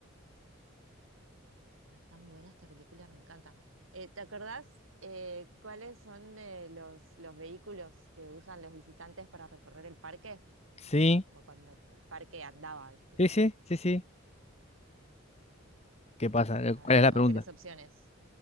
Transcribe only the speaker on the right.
está tan buena esta película, me encanta. Eh, ¿te acordás eh, cuáles son eh, los, los vehículos que usan los visitantes para recorrer el parque?
Como cuando el parque andaba, ¿viste?
A
ver,
¿o querés opciones?